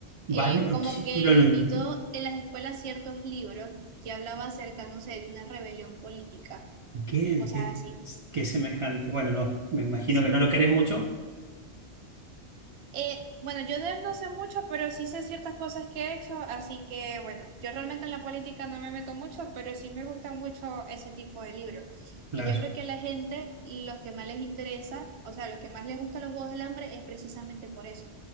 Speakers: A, on the right; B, on the right.
A: Bane-
B: eh, como
A: ¿qué-
B: que
A: pero,
B: limitó
A: no?
B: en las escuelas ciertos libros que hablaba acerca, no sé, de una rebelión política,
A: Qué,
B: cosas
A: qué-
B: así.
A: qué semejante. Bueno, no, me imagino
B: Sí.
A: que no lo querés mucho.
B: Eh, bueno, yo de él no sé mucho, pero sí sé ciertas cosas que he hecho, así que bueno, yo realmente en la política no me meto mucho, pero sí me gustan mucho ese tipo de libros.
A: Claro.
B: Y yo creo que a la gente lo que más les interesa, o sea, lo que más les gusta a los Juegos del Hambre es precisamente por eso,